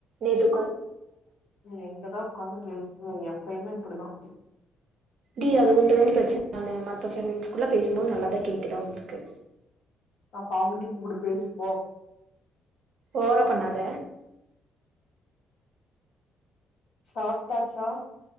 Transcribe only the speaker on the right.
நேத்
டி அது உண்டு தாண்டி பிரச்சனை மத்த ஃப்ரெண்ட்ஸ்குள்ள பேசும்போது நல்லாதான் கேக்கு தான் அவுங்களுக்கு
ஓவரா பண்ணாத